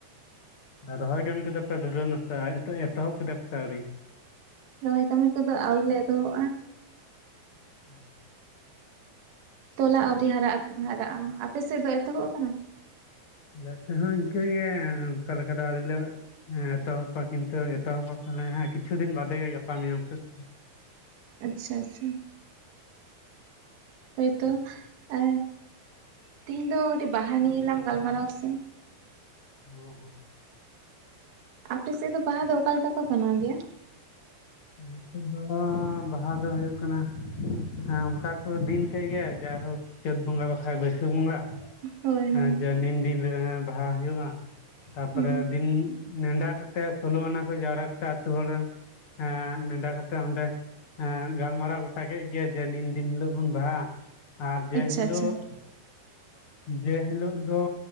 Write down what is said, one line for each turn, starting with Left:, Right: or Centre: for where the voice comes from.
Left: ᱟᱨ ᱨᱚᱦᱚᱭ ᱠᱟᱹᱢᱤ ᱠᱚᱫᱚ ᱯᱮ ᱫᱷᱩᱨᱟᱹ ᱱᱟᱥᱮ ᱮᱛᱚᱦᱚᱵ ᱠᱮᱫᱟ ᱯᱮ ᱥᱮ ᱟᱹᱣᱨᱤ
Right: ᱨᱚᱦᱚᱭ ᱠᱟᱹᱢᱤ ᱠᱚᱫᱚ ᱟᱹᱣᱨᱤ ᱞᱮ ᱮᱛᱚᱦᱚᱵ-ᱟ
Left: ᱦᱩᱸ
Right: ᱛᱚᱞᱟ ᱟᱹᱣᱨᱤ ᱦᱟᱨᱟᱜ ᱦᱟᱨᱟᱜᱼᱟ ᱟᱯᱮ ᱥᱮᱫ ᱫᱚ ᱮᱛᱚᱦᱚᱵ ᱟᱠᱟᱱᱟ
Left: ᱟᱞᱮ ᱥᱮᱜ ᱦᱚᱸ ᱤᱱᱠᱟᱹ ᱜᱮ ᱚᱱᱠᱟ ᱞᱮᱠᱟ ᱫᱚ ᱟᱹᱣᱨᱤ ᱞᱮ ᱦᱮᱸ ᱮᱛᱚᱦᱚᱵᱯᱟ ᱠᱤᱱᱛᱩ ᱮᱛᱚᱦᱚᱵᱟ ᱦᱮ ᱠᱤᱪᱷᱩ ᱫᱤᱱ ᱵᱟᱫᱮ ᱜᱮ ᱜᱟᱯᱟ ᱢᱮᱭᱟᱝ ᱥᱮᱫ
Right: ᱟᱪᱪᱷᱟ ᱟᱪᱪᱷᱟ ᱦᱳᱭᱛᱚ ᱮ ᱛᱤᱦᱤᱧ ᱫᱚ ᱠᱟᱹᱴᱤᱡ ᱵᱟᱦᱟ ᱱᱤᱭᱮ ᱞᱟᱝ ᱜᱟᱞᱢᱟᱨᱟᱣᱟ ᱥᱮ
Left: ᱦᱚᱸ ᱦᱚᱸ
Right: ᱟᱯᱮᱥᱮᱫ ᱫᱚ ᱵᱟᱦᱟ ᱫᱚ ᱚᱠᱟ ᱞᱮᱠᱟ ᱠᱚ ᱢᱟᱱᱟᱣ ᱜᱮᱭᱟ
Left: ᱟᱞᱮᱥᱮᱫ ᱫᱚ ᱵᱟᱦᱟ ᱫᱚ ᱦᱩᱭᱩᱜ ᱠᱟᱱᱟ ᱦᱮᱸ ᱚᱱᱠᱟ ᱠᱚ ᱫᱤᱱ ᱠᱮᱫ ᱜᱮ ᱡᱟᱭᱦᱳᱠ ᱪᱟᱹᱛ ᱵᱚᱸᱜᱟ ᱵᱟᱠᱷᱟᱡ ᱵᱟᱹᱭᱥᱟᱹᱠᱷ ᱵᱚᱸᱜᱟ
Right: ᱦᱳᱭ
Left: ᱦᱮᱸ
Right: ᱦᱳᱭ
Left: ᱡᱮ ᱱᱤᱱ ᱫᱤᱱ ᱨᱮ ᱵᱟᱦᱟ ᱦᱩᱭᱩᱜᱼᱟ ᱛᱟᱯᱚᱨᱮ
Right: ᱦᱩᱸ
Left: ᱫᱤᱱ ᱱᱮᱰᱟ ᱠᱟᱛᱮᱫ ᱥᱳᱞᱳ ᱟᱱᱟ ᱠᱚ ᱡᱟᱣᱨᱟ ᱠᱟᱛᱮ ᱟᱛᱳ ᱦᱚᱲ ᱨᱮᱱ ᱱᱮᱰᱟ ᱠᱟᱛᱮ ᱚᱸᱰᱮ ᱜᱟᱞᱢᱟᱨᱟᱣ ᱜᱚᱴᱟ ᱠᱮᱫ ᱜᱮ ᱡᱮ ᱱᱤᱱ ᱫᱤᱱ ᱦᱤᱞᱳᱜ ᱵᱚᱱ ᱵᱟᱦᱟᱜᱼᱟ ᱟᱨ ᱡᱮ
Right: ᱟᱪᱪᱷᱟ
Left: ᱦᱤᱞᱳᱜ
Right: ᱟᱪᱪᱷᱟ
Left: ᱡᱮ ᱦᱤᱞᱳᱜ ᱫᱚ